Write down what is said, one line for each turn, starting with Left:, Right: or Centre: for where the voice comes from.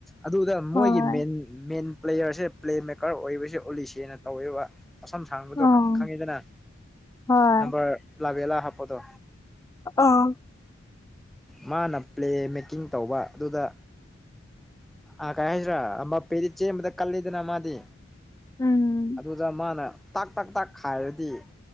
Centre: ꯑꯗꯨꯗ ꯃꯣꯏꯒꯤ
Left: ꯍꯣꯏ
Centre: ꯃꯦꯟ ꯃꯦꯟ ꯄ꯭ꯂꯦꯌꯔꯁꯦ ꯄ꯭ꯂꯦ ꯃꯦꯀꯔ ꯑꯣꯏꯕꯁꯦ ꯑꯣꯂꯤꯁꯦꯅ ꯇꯧꯋꯦꯕ ꯑꯁꯝ ꯁꯥꯡꯕꯗꯣ
Left: ꯑꯥ
Centre: ꯈꯪꯉꯤꯗꯅ
Left: ꯍꯣꯏ
Centre: ꯅꯝꯕꯔ ꯂꯥꯕꯦꯜꯂꯥ ꯍꯥꯞꯄꯗꯣ
Left: ꯑꯥ
Centre: ꯃꯥꯅ ꯄ꯭ꯂꯦ ꯃꯦꯀꯤꯡ ꯇꯧꯕ ꯑꯗꯨꯗ ꯑꯥ ꯀꯥꯏ ꯍꯥꯏꯁꯤꯔꯥ ꯑꯝꯕꯄꯦꯗꯤ ꯆꯦꯟꯕꯗ ꯀꯜꯂꯤꯗꯅ ꯃꯥꯗꯤ
Left: ꯎꯝ
Centre: ꯑꯗꯨꯗ ꯃꯥꯅ ꯇꯥꯛ ꯇꯥꯛ ꯇꯛ ꯈꯥꯏꯔꯗꯤ